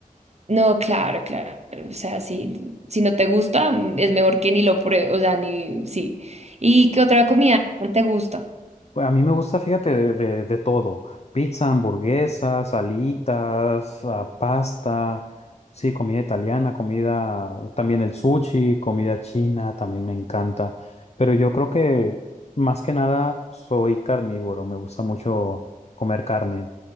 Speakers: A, on the right; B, on the left.
A: No, claro, claro. O sea, si, si no te gusta, mm, es mejor que ni lo pruebes, o sea, ni, sí. ¿Y qué otra comida no te gusta?
B: Pues, A mí me gusta, fíjate, de, de- de todo. Pizza, hamburguesas, alitas, ah, pasta, sí, comida italiana, comida, también el sushi, comida china, también me encanta. Pero yo creo que más que nada soy carnívoro, me gusta mucho comer carne,